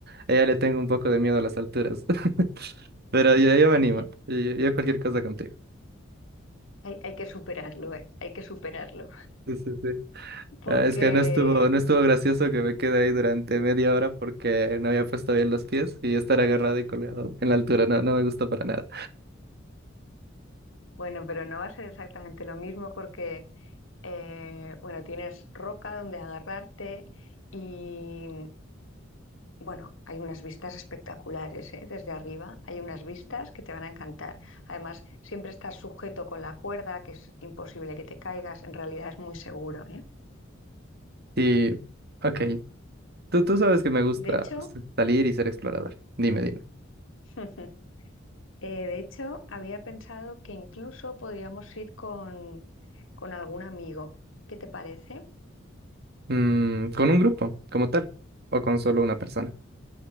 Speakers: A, on the right; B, on the left.
A: a ella le tengo un poco de miedo a las alturas. <laughs> Pero yo, yo me animo.
B: <laughs>
A: Yo, yo cualquier cosa contigo.
B: Hay, hay que superarlo, ¿eh? Hay que superarlo.
A: Sí, sí, sí.
B: Porque,
A: Ah, es que no estuvo, no estuvo gracioso que me quedé ahí durante media hora porque no había puesto bien los pies y estar agarrado y colgado en la altura, no, no me gustó para nada.
B: bueno, pero no va a ser exactamente lo mismo porque, eh, bueno, tienes roca donde agarrarte y, bueno, hay unas vistas espectaculares, ¿eh? Desde arriba hay unas vistas que te van a encantar. Además, siempre estás sujeto con la cuerda, que es imposible que te caigas, en realidad es muy seguro, ¿eh?
A: Y, ok, tú, tú sabes que me gusta
B: De hecho,
A: salir y ser explorador. Dime, dime.
B: <laughs> eh, de hecho, había pensado que incluso podríamos ir con, con algún amigo. ¿Qué te parece?
A: Mm, ¿con un grupo como tal o con solo una persona?